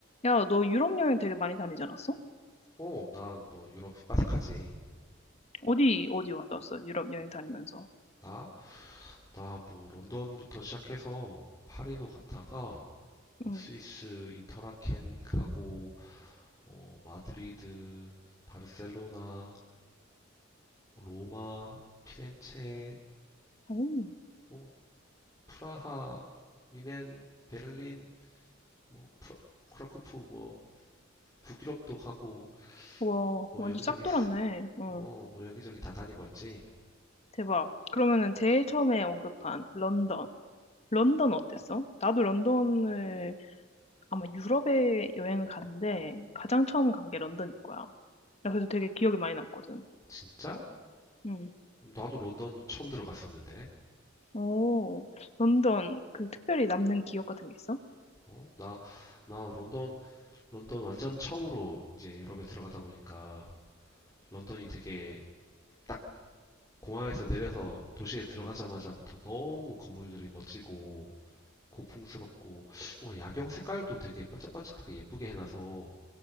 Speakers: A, on the left; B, on the left.
A: 야, 너 유럽 여행 되게 많이 다니지 않았어?
B: 어, 난 뭐 유럽 빠삭하지.
A: 어디, 어디 갔다 왔어? 유럽 여행 다니면서.
B: 나? 나 뭐 런던부터 시작해서 파리도 갔다가 뭐
A: 응.
B: 스위스 인터라켄 가고 어, 마드리드, 바르셀로나, 로마, 피렌체,
A: 오.
B: 뭐 프라하, 미넨, 베를린, 뭐 프라, 크라쿠프 뭐 북유럽도 가고
A: 와,
B: 뭐
A: 완전
B: 여기저기
A: 싹 돌았네. 어,
B: 어, 뭐 여기저기 다 다니고 왔지.
A: 대박. 그러면은 제일 처음에 언급한 런던. 런던 어땠어? 나도 런던을 아마 유럽에 여행을 갔는데 가장 처음 간 게 런던일 거야. 나 그래서 되게 기억이 많이 남거든.
B: 진짜?
A: 응.
B: 나도 런던 처음 들어갔었는데.
A: 오, 런던 그 특별히 남는 기억 같은 게 있어?
B: 어? 나, 나 런던 런던 완전 처음으로 이제 유럽에 들어가다 보니까 런던이 되게 딱 공항에서 내려서 도시에 들어가자마자부터 너무 건물들이 멋지고 고풍스럽고 뭔가 야경 색깔도 되게 반짝반짝하게 예쁘게 해놔서